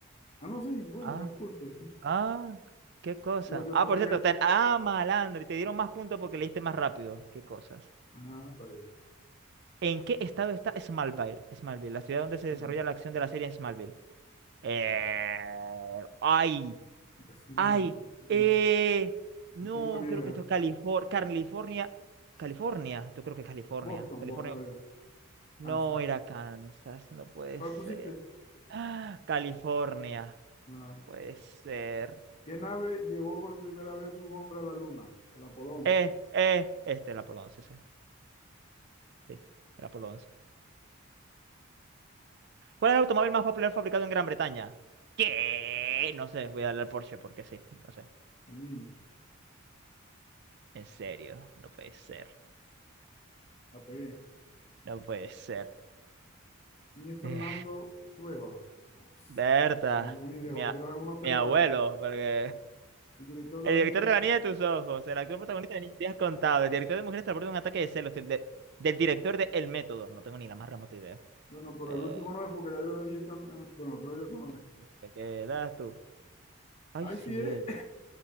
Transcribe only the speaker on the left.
Ah, no, sí, bueno,
es pulque, sí.
Lo que
pasa
es que.
Ah, está bien.
Mm.
Smallville.
No
no tengo ni idea.
Boston,
voy a
Kansas.
¿Cuál
pusiste?
No.
¿Qué nave llevó por primera vez un hombre a la luna? El Apolo 11.
El Mini.
La pegué.
Ni Fernando
Trueba. No sé.
No tengo ni idea.
Voy
a tirar a uno a pegar
a ver.
El director de
la
niña. pues,
Bueno, pero
el último no es porque ya yo le di esta. eh, Bueno, creo yo que no es.
Ahí
sí es.